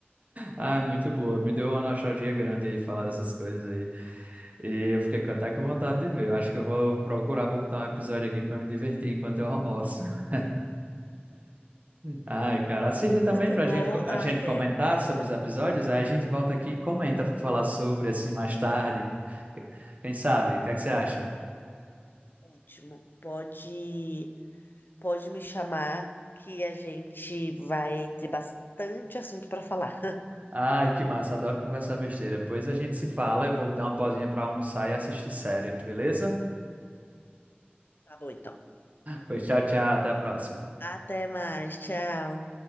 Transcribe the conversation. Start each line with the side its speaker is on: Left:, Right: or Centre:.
Right: Ah, muito boa. Me deu uma nostalgia grande aí falar dessas coisas aí. E eu fiquei com- até com vontade de ver. Eu acho que eu vou procurar pra botar um episódio aqui pra me divertir enquanto eu almoço. <laughs> Ai, cara, assista também
Left: Muito
Right: pra
Left: bom.
Right: gente, co- a
Left: Ai,
Right: gente comentar
Left: é
Right: sobre os episódios. Aí a gente volta aqui e comenta pra falar sobre assim mais tarde. Quem sabe? O que é que você acha?
Left: ótimo. Pode, pode me chamar que a gente vai ter bastante assunto para falar.
Right: Ai, que massa, adoro conversar besteira. Depois a gente se fala. Eu vou dar uma pausinha pra almoçar e assistir série, beleza?
Left: Tá bom, então.
Right: Pois tchau, tchau, até a próxima.
Left: Até mais. Tchau.